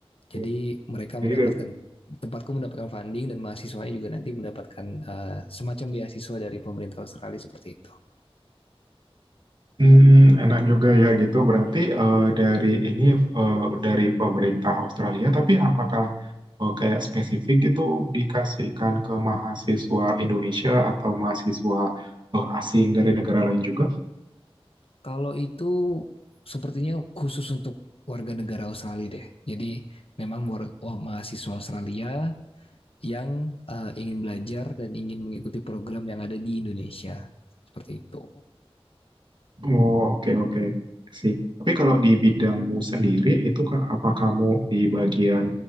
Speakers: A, on the right; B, on the left.
A: Oke.
B: Jadi mereka mendapatkan
A: Jadi dari-
B: tempatku mendapatkan funding dan mahasiswanya juga nanti mendapatkan eh, semacam beasiswa dari pemerintah Australia seperti itu.
A: Hmm, enak juga ya gitu. Berarti eh, dari ini eh, dari pemerintah Australia, tapi apakah eh, kayak spesifik gitu dikasihkan ke mahasiswa Indonesia atau mahasiswa eh, asing dari negara lain juga?
B: Kalau itu sepertinya khusus untuk warga negara Australia deh. Jadi memang war- wah, mahasiswa Australia yang eh, ingin belajar dan ingin mengikuti program yang ada di Indonesia seperti itu.
A: Oh, oke, oke. Sih. Tapi kalau di bidangmu sendiri, itu ka- apa kamu di bagian